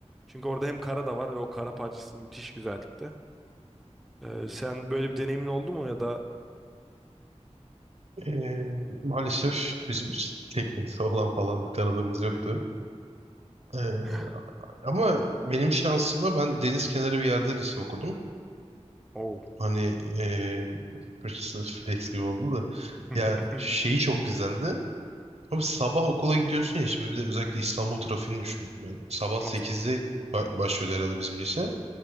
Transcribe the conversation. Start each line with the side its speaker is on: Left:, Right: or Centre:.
Centre: Çünkü orada hem kara da var ve o kara parçası müthiş güzellikte. Ee, sen böyle bir deneyimin oldu mu ya da
Right: Ee, maalesef bizim teknesi olan falan bir tanıdığımız yoktu. Ee,
Centre: <laughs>
Right: ama benim şansıma ben deniz kenarı bir yerde lise okudum.
Centre: Oh.
Right: Hani ee, burası flex gibi oldu da.
Centre: <laughs>
Right: Ya şeyi çok güzeldi. Abi sabah okula gidiyorsun ya şimdi bir de özellikle İstanbul trafiğini düşün. Yani sabah
Centre: Of.
Right: sekizde ba- başlıyordu herhalde bizim lise.